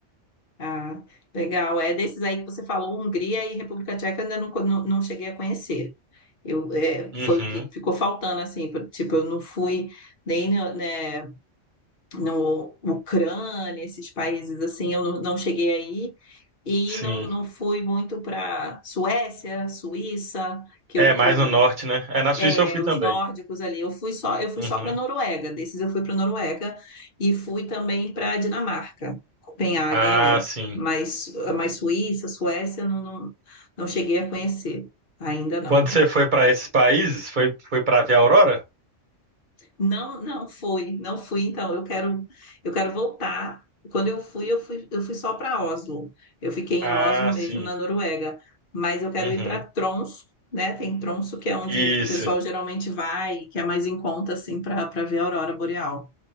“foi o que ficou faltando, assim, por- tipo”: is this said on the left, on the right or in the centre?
Left